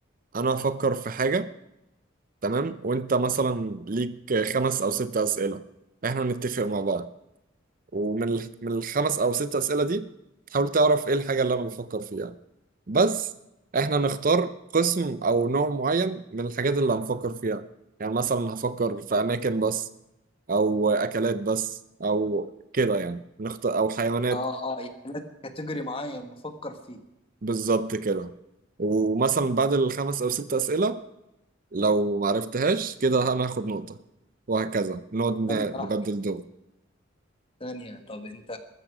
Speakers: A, on the right; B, on the left.
A: انا هفكر في حاجة تمام وانت مثلا ليك خمس او ست أسئلة احنا نتفق مع بعض ومن ال- من الخمس او ست أسئلة دي تحاول تعرف ايه الحاجة اللي انا بفكر فيها بس احنا نختار قسم او نوع معين من الحاجات اللي هنفكر فيها يعني مثلا هفكر في اماكن بس او اكلات بس او كده يعني نختار او حيوانات
B: آه آه يعني لازم كاتيجوري معين نفكر فيه
A: بالظبط كده ومثلا بعد الخمس او ست اسئله لو ما عرفتهاش كده انا هاخد نقطه وهكذا نقعد
B: طب
A: ن-
B: ثانية واحدة
A: نبدل دور
B: ثانية طب أنت